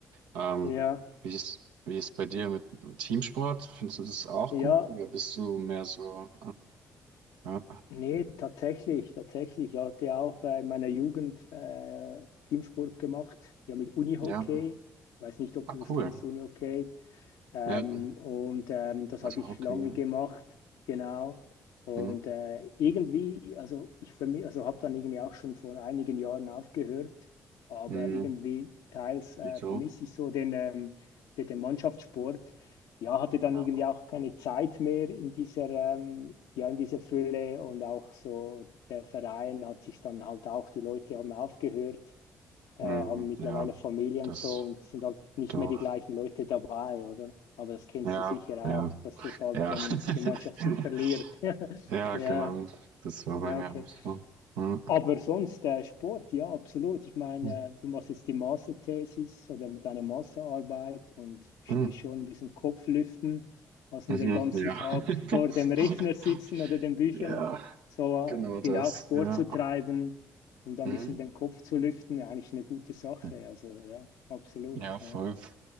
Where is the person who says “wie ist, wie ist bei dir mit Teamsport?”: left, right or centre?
Right